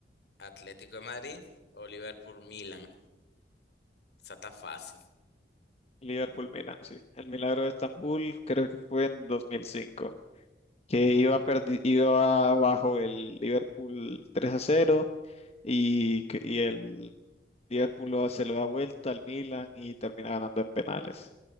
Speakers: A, on the left; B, on the left.
A: Atlético de Madrid o Liverpool, Milan. Esa está fácil.
B: Liverpool Milan, sí. El milagro de Estambul creo que fue en 2005. que iba perdi- iba abajo el Liverpool 3 a cero y, que- y el Liverpool lo- se lo da vuelta al Milan y termina ganando en penales.